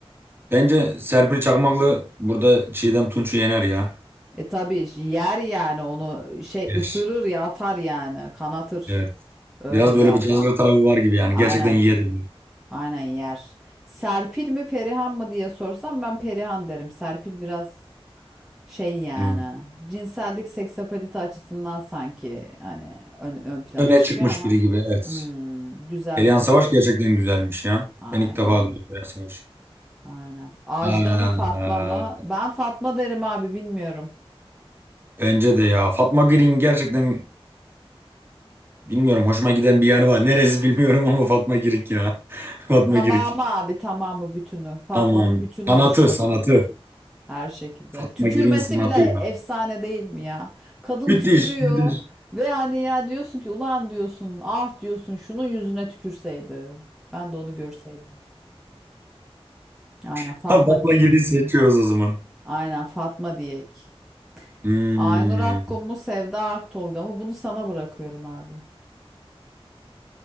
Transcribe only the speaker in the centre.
E tabii yer yani onu şey
ısırır ya atar yani, kanatır.
Öyle
bir
abla.
Aynen
Aynen yer. Serpil mi Perihan mı diye sorsam ben Perihan derim. Serpil biraz şey yani
cinsellik seksapalite açısından sanki hani ön, ön plana
çıkıyor
ama
hmm, güzellik
açısından.
Aynen
öyle.
Aynen. Ajda
mı Fatma mı? Ben Fatma derim abi bilmiyorum.
Tamamı
abi tamamı bütünü. Fatma'nın
bütünü
hoşuna
gidiyordur. Her şekilde.
Tükürmesi
bile efsane
değil mi ya? Kadın
tükürüyor
ve hani ya diyorsun ki ulan diyorsun ah diyorsun şunun yüzüne tükürseydi. Ben de onu görseydim. Aynen Fatma
Diyek.
Aynen Fatma Diyek.
Aynur Akkum mu Sevda Aktolga mı? Bunu sana bırakıyorum abi.